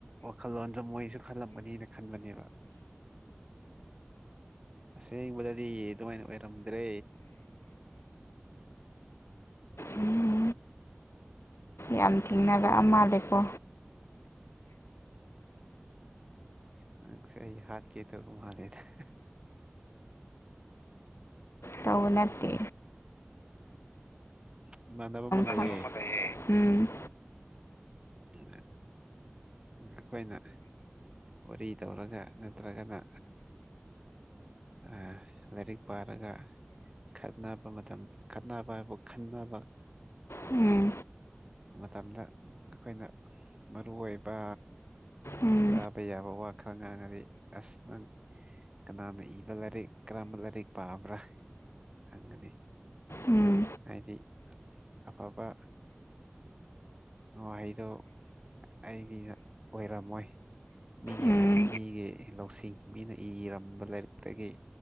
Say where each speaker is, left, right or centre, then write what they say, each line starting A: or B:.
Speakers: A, on the right; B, on the left.
A: ꯋꯥꯈꯜꯂꯣꯟꯗ ꯃꯣꯏꯁꯨ ꯈꯜꯂꯝꯒꯅꯤꯅ ꯈꯟꯕꯅꯦꯕ <inaudible> ꯑꯁꯦꯡꯕꯗꯗꯤ ꯑꯗꯨꯃꯥꯏꯅ ꯑꯣꯏꯔꯝꯗ꯭ꯔꯦ
B: ꯎꯝ ꯌꯥꯝ ꯊꯦꯡꯅꯔꯛꯑ ꯃꯥꯜꯂꯦꯀꯣ
A: ꯅꯪ ꯁ ꯍꯥꯠ ꯀꯦꯇ ꯨꯃꯂꯦꯗ <inaudible>
B: ꯇꯧꯅꯠꯇ
A: ꯎꯝ ꯏꯃꯥꯟꯅꯕ ꯑꯃ ꯂꯩꯌꯦ
B: ꯈꯪ ꯎꯝ
A: ꯑ ꯑꯩꯈꯣꯏꯅ ꯋꯥꯔꯤ ꯇꯧꯔꯒ ꯅꯠꯇ꯭ꯔꯒꯅ ꯑ ꯂꯥꯏꯔꯤꯛ ꯄꯥꯔꯒ ꯈꯠꯅꯕ ꯃꯇꯝ ꯈꯠꯅꯕ ꯍꯥꯏꯕꯨ ꯈꯟꯅꯅꯕ
B: ꯎꯝ
A: ꯃꯇꯝꯗ ꯑꯩꯈꯣꯏꯅ ꯃꯔꯨ ꯑꯣꯏꯕ
B: ꯎꯝ
A: ꯇꯥꯕ ꯌꯥꯕ ꯋꯥ ꯈꯔ ꯉꯥꯡꯉꯗꯤ ꯑꯁ ꯅꯪ ꯀꯅꯥꯅ ꯏꯕ ꯂꯥꯏꯔꯤꯛ ꯀꯔꯝꯕ ꯂꯥꯏꯔꯤꯛ ꯄꯥꯕ꯭ꯔꯥ ꯍꯪꯒꯅꯤ
B: ꯎꯝ
A: ꯍꯥꯏꯗꯤ ꯑꯐꯕ ꯋꯥꯍꯩꯗꯣ ꯑꯩꯒꯤ ꯑꯣꯏꯔꯝꯃꯣꯏ ꯃꯤꯒꯤ
B: ꯎꯝ
A: ꯃꯤꯒꯤ ꯂꯧꯁꯤꯡ ꯃꯤꯅ ꯏꯔꯝꯕ ꯂꯥꯏꯔꯤꯛꯇꯒꯤ